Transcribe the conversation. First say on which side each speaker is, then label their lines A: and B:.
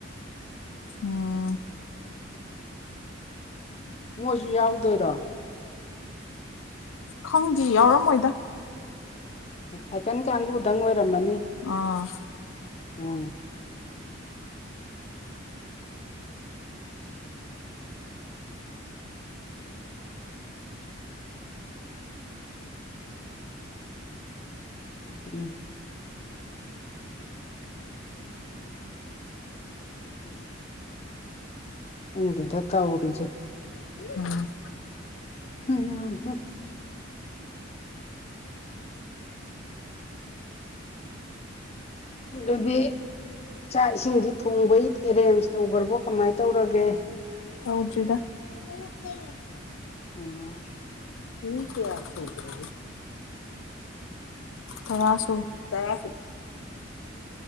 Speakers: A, on the left; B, on the left.
A: ꯎꯝ
B: ꯃꯣꯏꯁꯨ ꯌꯥꯎꯗꯣꯏꯔꯣ
A: ꯈꯪꯗꯦ ꯌꯥꯎꯔꯝꯃꯣꯏꯗ
B: ꯍꯥꯏꯥꯏꯀꯟ ꯀꯥꯡꯒꯗꯪ ꯑꯣꯏꯔꯝꯃꯅꯤ
A: ꯑꯥ
B: ꯎꯝ ꯎꯝ ꯎ ꯍ ꯑꯪꯗꯦ ꯇ ꯎꯔꯁꯦ
A: ꯎꯝ
B: <unintelligible> ꯑꯗꯨꯗꯤ ꯆꯥꯛ ꯏꯁꯤꯡꯁꯤ ꯊꯣꯡꯕꯩ ꯑꯦꯔꯦꯟꯖ ꯇꯧꯈ꯭ꯔꯕꯣ ꯀꯃꯥꯏꯅ ꯇꯧꯔꯒꯦ
A: ꯍꯧꯗ꯭ꯔꯤꯗ ꯑꯣ ꯀ
B: ꯎꯝ
A: ꯃꯤ ꯀꯌꯥ ꯁ꯭ꯔ ꯇꯔꯁꯨ ꯇꯔ